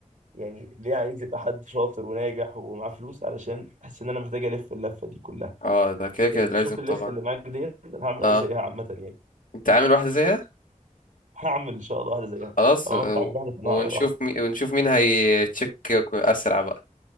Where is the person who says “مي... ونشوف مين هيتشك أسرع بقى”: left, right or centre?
Left